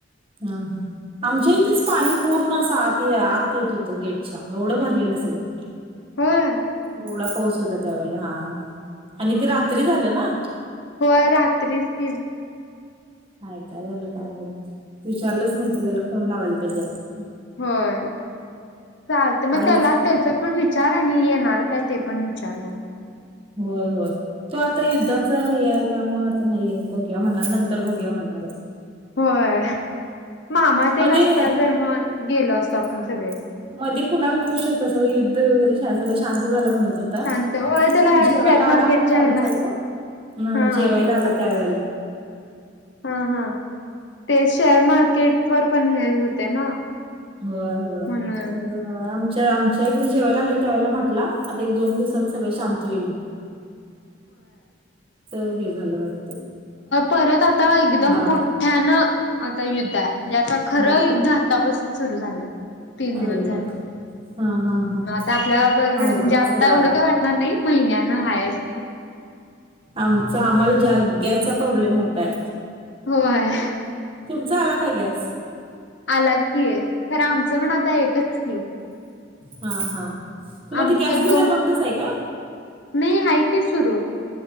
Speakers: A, on the right; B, on the left.
A: हा हा. आमच्या इथेच पाणी पूर्ण असं आत आत येत होतं गेटच्या एवढं भरलेलं सगळं.
B: होय.
A: एवढा पाऊस होता त्यावेेळेला हा आणि
B: हं
A: ते रात्री
B: हं.
A: झालं ना.
B: होय रात्रीच के
A: आहेय काय झालं कायम विचारलंच नाही तर त्याला फोन लावायला पाहिजेत.
B: होय चालते मग
A: आईच
B: त्याला त्याचा पण विच विचारा नय नर कायात यपण विचार म
A: होय होय. तो आता युद्धाचा हे आहे त्यामु आता नाही बघ्या म्हणणार नंतर बघ्या म्हणणार.
B: होय मामा ते
A: मध्ये
B: नसता तर मग गेलो असतो आपण
A: हा,
B: सगळे
A: मध्ये कुणाला खुश होतं सगळ युद्ध वगैरे सगळं शांत झालं म्हणत. तू
B: शांत होय त्याला
A: जेवायला
B: शेअर मार्केटच्या
A: आला हो
B: ह्याला
A: आमच्याकडं
B: हा
A: जेवायला आला त्यावेेळेला
B: हा हा ते शेअर मार्केट वर पण हे होते ना.
A: होय होय
B: म्हणून
A: मग आमच्या आमच्या इकडे जेव्हा ला आलेल तेव्हाला म्हटलं आता एक दोन दिवसात सगळं शांत होईल म्ह
B: ह.
A: हे झालं आज
B: परत आता एकदम
A: आता
B: मोठ्यानं आता युद्ध आहे म्हणजेता खरं
A: होय
B: युद्ध
A: का
B: तापासून सुरू झालं. तीन दिवस
A: अरे
B: झाले
A: बापरे
B: मग
A: हा हा हा
B: आता आपल्या बरकड
A: अवघड
B: म्हणजे
A: आहे
B: आता
A: सगळं
B: एवढं काय वाटणार नाही. म इनानं खय अस.
A: आमचा आम्हाला गॅसचा प्रॉब्लेम मोठाय.
B: होय
A: तुमचा आला काय गॅस
B: आला की आहे खरं आमचं पण आता एकच की
A: हा हा. तेव्हा
B: आमच
A: ते गॅस गिझर
B: दो
A: बंदच आहे काय
B: नाही आहे की सुरू